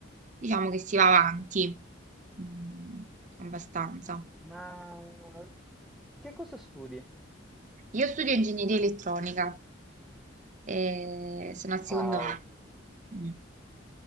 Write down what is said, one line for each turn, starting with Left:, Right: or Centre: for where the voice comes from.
Right: diciamo che si va avanti, mm, abbastanza.
Centre: Ma che cosa studi?
Right: Io studio ingegneria elettronica, eh, sono al secondo
Centre: Wow,
Right: anno. Mm.